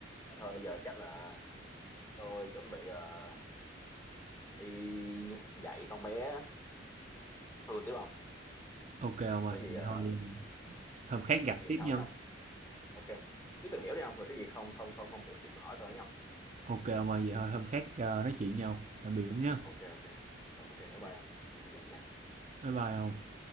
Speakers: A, on the left; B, on the right.
A: mà thôi bây giờ chắc là tôi chuẩn bị ờ, đi dạy con bé Hương tiếp không
B: ok ông ơi,
A: có gì
B: vậy
A: ờ,
B: thôi hôm khác gặp
A: nói chuyện
B: tiếp
A: sau
B: nhau
A: với nhau ok cứ tìm hiểu đi không rồi cái gì không không không không hiểu thì cứ hỏi tôi nha không
B: ok ông ơi, vậy thôi hôm khác, ờ, nói chuyện nhau Tạm biệt cũng nhá.
A: ok ok ok bye bye không đi, đi dạy nhé
B: Bye bye ông.